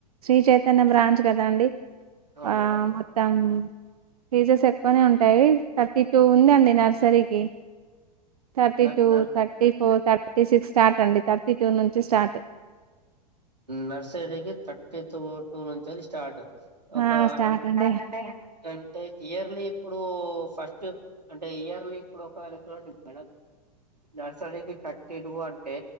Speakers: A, on the right (about 65°); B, on the right (about 85°).
A: శ్రీచైతన్య బ్రాంచ్ కదా అండి
B: అవును
A: ఆ
B: మేడం
A: మొత్తం ఫీజస్ ఎక్కువనే ఉంటాయి థర్టీ టూ ఉందండి నర్సరీకి థర్టీ
B: న
A: టూ
B: న
A: thirty four thirty six start అండి థర్టీ టూ నుంచి స్టార్ట్
B: నర్సరీకి థర్టీ టూ దోసండ్ నుంచి స్టార్ట్ ఒక
A: ఆ స్టార్ట్
B: ఆన్
A: అండి
B: టే ఇయర్లీ ఇప్పుడు ఫస్ట్ అంటే ఇయర్లీ ఇప్పుడు ఒకవేళ చూడండి మేడం నర్సరికి థర్టీ టు అంటే